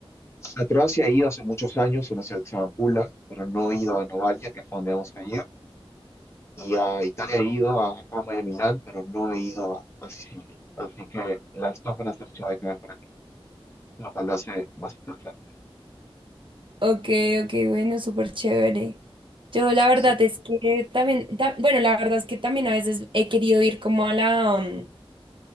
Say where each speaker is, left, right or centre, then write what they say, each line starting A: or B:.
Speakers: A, on the left (about 25°); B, on the right (about 55°).
A: A Croacia he ido hace muchos años, a una ciudad que se llama Pula, pero no he ido a Novalia, que es a donde vamos a ir. Y a Italia he ido, a Roma y a Milán, pero no he ido a, a Sicilia. Así que las dos van a ser ciudades nuevas para mí, lo cual lo hace más interesante.
B: Ok, ok, bueno, súper chévere. Yo la verdad
A: Sí,
B: es que también, ta- bueno, la verdad es que también a veces he querido ir como a la, mm,